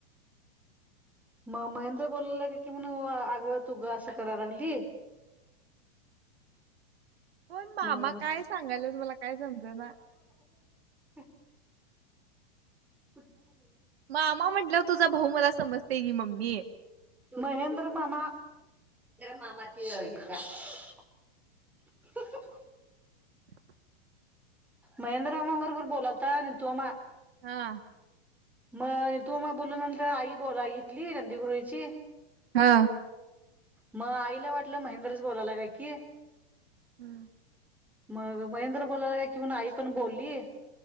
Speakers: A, in the centre; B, on the right.
A: मग महेंद्र बोलला का कि म्हण आगं तुग असं कराय लागली
B: होय मामा
A: मग
B: काय सांगाल्यात मला काय समज ना
A: ह कुठं
B: मामा म्हंटलंवर तुझा भाऊ मला समजते की मम्मी
A: महेंद्र मामा मामा <unintelligible>
B: <inaudible>
A: महेंद्र रामा बरोबर बोलालता नि तोमा
B: हां
A: मग तू मग बोलून नंतर आई बोला इ घेथली नंदीगृहीची
B: हा
A: म आईला वाटलं महेंद्रच बोलायला काय की
B: <inaudible>
A: मग महेंद्र बोलाय लागल्या कि आई पण बोलली